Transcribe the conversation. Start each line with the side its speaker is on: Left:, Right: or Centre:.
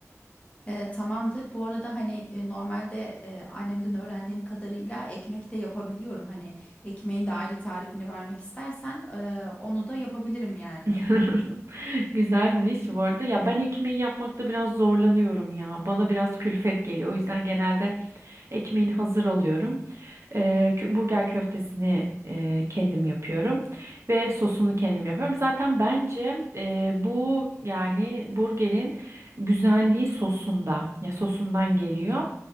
Left: E, tamamdır. Bu arada hani e, normalde e, annemden öğrendiğim kadarıyla ekmek de yapabiliyorum. Hani ekmeğin de ayrı tarifini vermek istersen e, onu da yapabilirim yani.
Right: <laughs> Güzelmiş bu arada. Ya ben ekmeği yapmakta biraz zorlanıyorum ya. Bana biraz külfet geliyor. O yüzden genelde ekmeğini hazır alıyorum. Ee, kö- burger köftesini e, kendim yapıyorum ve sosunu kendim yapıyorum. Zaten bence e, bu yani burgerin güzelliği sosunda, ya sosundan geliyor.